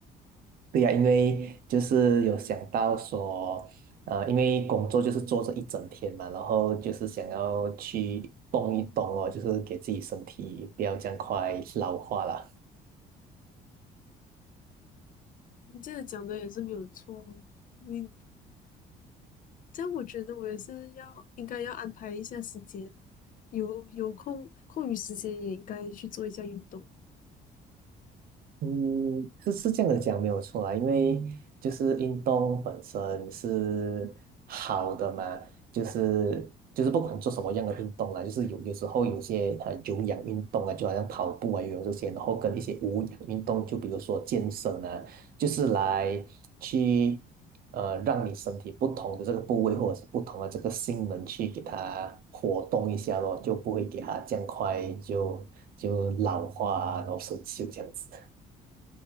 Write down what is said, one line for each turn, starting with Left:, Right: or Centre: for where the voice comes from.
Right: 对呀，因为就是有想到说，呃，因为工作就是坐着一整天嘛，然后就是想要去动一动哦，就是给自己身体不要这样快老化了。
Left: 你这个讲的也是没有错哦，你这样我觉得我也是要应该要安排一下时间，有有空空余时间也应该去做一下运动。
Right: 嗯，是是这样的讲没有错啦，因为就是运动本身是好的嘛，就是就是不管做什么样的运动啦，就是有有时候有些呃有氧运动啊，就好像跑步啊、游泳这些，然后跟一些无氧运动，就比如说健身啊，就是来去呃让你身体不同的这个部位或者是不同的这个性能去给它活动一下咯，就不会给它这样快就就老化啊，然后生锈这样子。